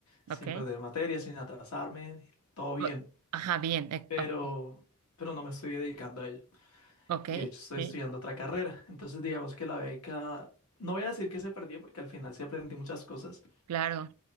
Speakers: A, on the left (about 80°); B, on the right (about 80°).
A: sin
B: ok.
A: perder materia, sin atrasarme, todo bien,
B: O- Ajá, bien, eh,
A: pero
B: ok,
A: pero no me estoy dedicando a ello
B: ok,
A: y de hecho estoy
B: sí,
A: estudiando otra carrera, entonces digamos que la beca No voy a decir que se perdió porque al final sí aprendí muchas cosas
B: claro,